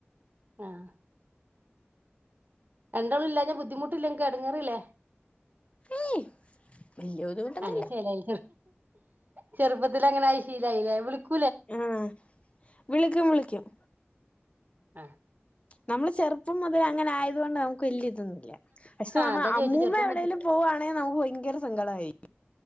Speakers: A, on the right; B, on the left.
A: ആഹ് രണ്ടാളു ഇല്ലാഞ്ഞ ബുദ്ധിമുട്ടില്ലേ ഇൻക് എട്ങ്ങേറില്ലേ?
B: ഏയ് <inaudible> ബുദ്ധിമുട്ടൊന്നുല്ല
A: അങ്ങന ചേലായി ചെറുപ്പത്തിലേ അങ്ങനായി ശീലായില്ലേ വിളിക്കൂ
B: ആഹ് വിളിക്കും വിളിക്കും
A: ആഹ്
B: നമ്മള് ചെറുപ്പം മുതലെ അങ്ങനെ ആയത് കൊണ്ട് നമുക്ക് വെല്ല്യേ ഇതൊന്നു ഇല്ല പക്ഷേ
A: ആഹ്
B: നമ്മ
A: അതാ
B: അമ്മൂമ്മ
A: ചോദിച്ചെ ചെറുപ്പം
B: എവിടെലും
A: മുതൽ
B: പോകുവാണേ നമുക്ക് ഭയങ്കര സങ്കടായിരിക്കും